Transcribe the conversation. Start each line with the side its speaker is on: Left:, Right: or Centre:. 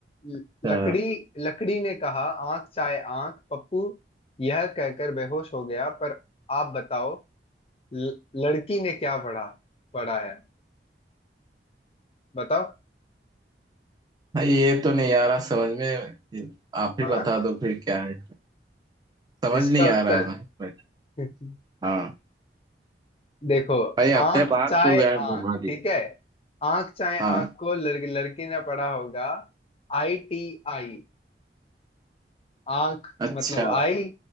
Left: ल-
Right: अच्छा।
Left: लकड़ी लकड़ी ने कहा आंख चाहे आंख पप्पू यह कहकर बेहोश हो गया पर आप बताओ ल- लड़की ने क्या पढ़ा पढ़ा है बताओ
Right: भाई ये तो नहीं आ रहा समझ में आप
Left: हाँ
Right: ही बता दो फिर क्या है समझ
Left: इसका
Right: नहीं
Left: उत्तर
Right: आ रहा भाई भाई
Left: <laughs>
Right: हाँ
Left: देखो
Right: भाई
Left: आंख
Right: अपने <laughs> बात
Left: चाहे
Right: तो यार घुमा
Left: आंख
Right: दिया
Left: ठीक है आंख चाहे आंख
Right: हाँ
Left: को लड़, लड़की ने पढ़ा होगा I T आई आंख
Right: अच्छा
Left: मतलब आई